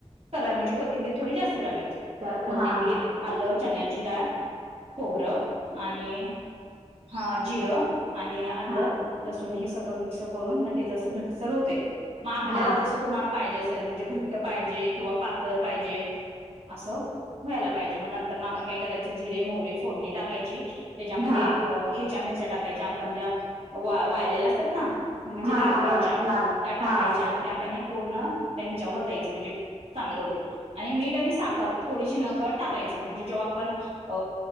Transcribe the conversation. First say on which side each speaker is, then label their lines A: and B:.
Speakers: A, on the right; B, on the right.
A: करा म्हणजे कोथिंबीर थोडी जास्त टाकायची.
B: तर
A: कोथिंबीर,
B: हा हा
A: आलं, चन्याची डाळ खोबरं आणि हा, जिरं आणि आलं-
B: हा
A: लसूून हे सगळं मिक्स करून, मग ते जसं घटसर होतय, मग आपल्याला
B: हा
A: जस तुम्हाला- पाहिजे असेल, म्हणजे घट्ट पाहिजे किंवा पातळ पाहिजे- असं व्हायला पाहिजे, मग नंतरन आपण काय करायच- जिरे, मोहरी फोडणी टाकायची, त्यामध्ये
B: हा
A: हे- च्या मिरच्या टाकायच्या, आपण ज्या वाळलेल्या असतात ना- म्हणजे
B: हा
A: लाल
B: हा
A: मिरच्या,
B: बळ लाल
A: त्या टाकायच्या
B: हा हा समजलं
A: आणि त्या की नाही पूर्ण त्या ह्याच्या वतायचं म्हणजे- चांगलं होतय आणि मीठ आणि साखर थोडीशी नकळत टाकायच, म्हणजे जेव्हा आपण- अ..